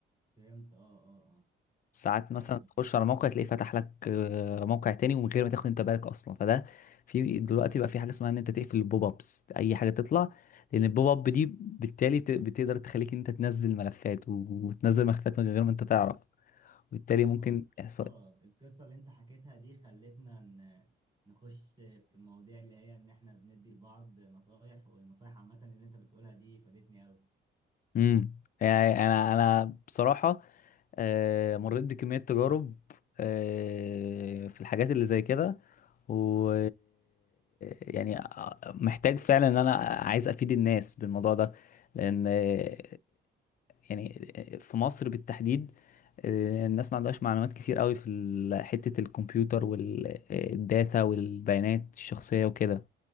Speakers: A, on the right (about 20°); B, on the left (about 45°).
A: فهمت اه اه اه
B: ساعات مثلا
A: فاهم
B: تخش على موقع تلاقيه فتح لك آه، موقع تاني ومن غير ما تاخد انت بالك اصلا فده في دلوقتي بقى في حاجه اسمها ان انت تقفل البوب ابس اي حاجه تطلع لان البوب اب دي بالتالي بت- بتقدر تخليك انت تنزل ملفات و- وتنزل ملفات من غير ما انت تعرف وبالتالي ممكن
A: اه القصة
B: يحصل
A: القصة اللي انت حكيتها دي خلتنا ن- نخش في المواضيع اللي هي ان احنا بندي لبعض نصايح والنصايح عامة اللي انت بتقولها دي فادتني قوي
B: امم يعني انا انا بصراحه آه، مريت بكمية تجارب آه، في الحاجات اللي زي كده و يعني آه، محتاج فعلا ان انا عايز افيد الناس بالموضوع ده لان آه، يعني آه، في مصر بالتحديد آه، الناس ما عندهاش معلومات كتير قوي في ال- حتة الكمبيوتر والداتا والبيانات الشخصية وكده